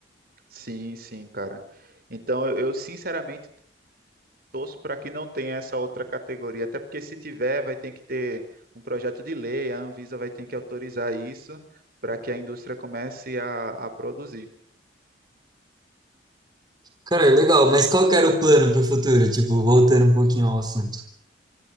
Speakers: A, on the right; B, on the right.
A: Sim, sim, cara. Então, eu, eu sinceramente torço para que não tenha essa outra categoria, até porque se tiver, vai ter que ter um projeto de lei, a Anvisa vai ter que autorizar isso para que a indústria comece a a produzir.
B: Cara, legal. Mas qual que era o plano para o futuro? Tipo, voltando um pouquinho ao assunto.